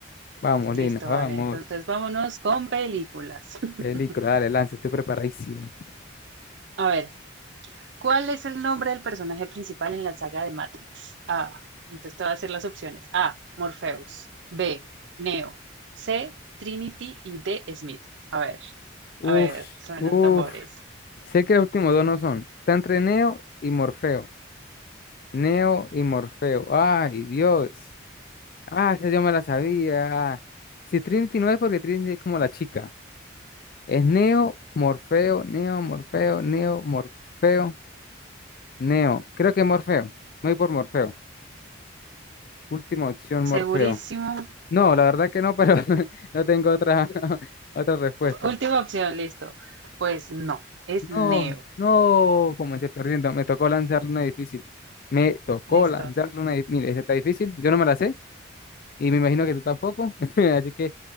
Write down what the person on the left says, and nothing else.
Vamos,
Lina. Vamos.
Peligro, dale, lance, estoy preparadísimo.
Uf,
uf.
Sé que los últimos dos no son. Está entre Neo y Morfeo. Neo y Morfeo. Ay, Dios. Ah, esa yo me la sabía. Si Trinity no es porque Trinity es como la chica. Es Neo, Morfeo, Neo, Morfeo, Neo, Morfeo. Neo, creo que Morfeo. Me voy por Morfeo. Última opción, Morfeo.
No, la verdad que no, pero <laughs> no tengo otra, <laughs> otra respuesta.
No,
no, comencé perdiendo. Me tocó lanzarle una difícil. Me tocó
lanzarle una difícil. Mire, esta está difícil. Yo no me la sé y me imagino que tú tampoco. <laughs> Así que